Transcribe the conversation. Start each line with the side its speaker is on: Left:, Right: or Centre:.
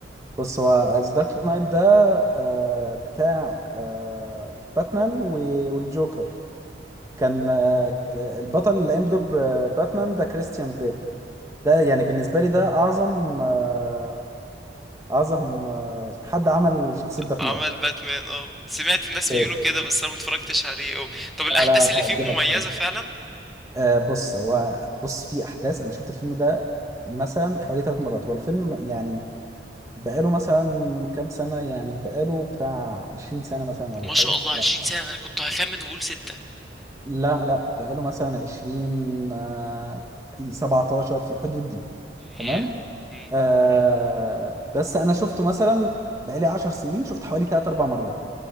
Right: بص هو ذا دارك نايت ده آه بتاع آه باتمان و- والجوكر كان آه، ك- البطل اللي قام بدور ب- باتمان ده كريستيان بيل ده يعني بالنسبة لي ده أعظم آه، أعظم آه، حد عمل شخصية باتمان
Centre: عمل باتمان اه سمعت الناس
Right: إيه.
Centre: بيقولوا كده بس انا ما اتفرجتش عليه اه طب الاحداث
Right: لا لا
Centre: اللي
Right: هيعجبك
Centre: فيه مميزة
Right: قوي
Centre: فعلا
Right: آه، بص هو بص في أحداث أنا شفت الفيلم ده مثلا حوالي ثلاث مرات هو الفيلم يعني بقاله مثلا كام سنة يعني بقاله بتاع 20 سنة مثلا ولا
Centre: ما
Right: حاجة
Centre: شاء الله
Right: لا
Centre: 20 سنة انا كنت هخمن واقول ستة
Right: لا لا بقاله مثلا 20 آه، 17 في الحدود دي تمام
Centre: ياه مم.
Right: آه بس انا شفته مثلا بقالي عشر سنين شفت حوالي تلات اربع مرات